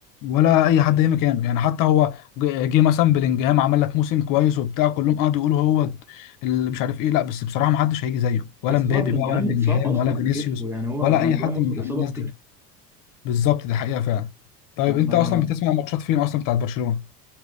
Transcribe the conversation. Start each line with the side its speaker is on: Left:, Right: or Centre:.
Left: ولا اي حد اي مكانه يعني حتى هو ج- جه مثلا بلينجهام عمل لك موسم كويس وبتاع كلهم قعدوا يقولوا هو اللي مش عارف ايه لا بس بصراحه ما حدش هيجي زيه ولا
Centre: بس
Left: مبابي
Centre: هو بلينجهام
Left: بقى ولا بلينجهام
Centre: اتصاب اصلا
Left: ولا
Centre: في
Left: فينيسيوس
Centre: كتفه يعني هو
Left: ولا
Centre: بلينجهام
Left: اي حد
Centre: واخد
Left: من
Centre: اصابه
Left: الناس
Centre: في
Left: دي بالظبط دي حقيقه فعلا طيب
Centre: كتفه
Left: انت اصلا بتسمع ماتشات فين اصلا بتاعت برشلونه